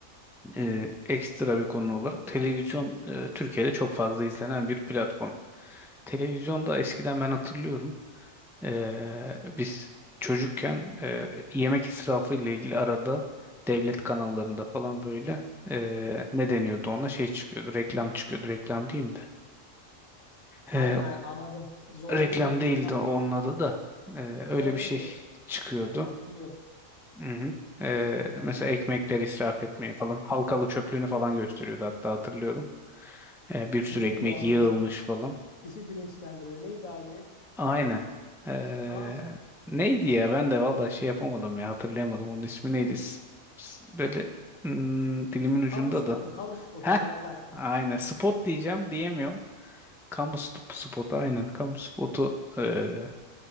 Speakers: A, in the centre; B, on the left.
A: e, ekstra bir konu olarak televizyon e, Türkiye'de çok fazla izlenen bir platform. Televizyonda eskiden ben hatırlıyorum e, biz çocukken e, yemek israfı ile ilgili arada devlet kanallarında falan böyle e, ne deniyordu ona şey çıkıyordu reklam çıkıyordu reklam diyeyim de.
B: aynen,
A: Ee,
B: aynen, anladım. Zorunlu
A: Reklam
B: ya,
A: değildi
B: ben-
A: onun adı da. Ee, öyle
B: evet
A: bir şey
B: evet
A: çıkıyordu.
B: hatırlıyorum.
A: Hı hı. Ee,
B: Ee,
A: mesela ekmekleri israf etmeyi falan. Halkalı çöplüğünü falan gösteriyordu hatta hatırlıyorum. Ee,
B: <laughs>
A: bir sürü
B: neydi
A: ekmek
B: anladı?
A: yığılmış falan.
B: Kişi bilinçlendirme neydi abi?
A: Aynen. Ee,
B: Ah,
A: neydi ya ben de valla şey yapamadım ya hatırlayamadım onun ismi neydi. S- s- Böyle hmm, dilimin ucunda
B: kamu spotu,
A: da.
B: kamu spotu
A: Heh
B: geldi aklıma.
A: aynen spot diyeceğim diyemiyorum. Kamu sp- spotu aynen kamu spotu ee,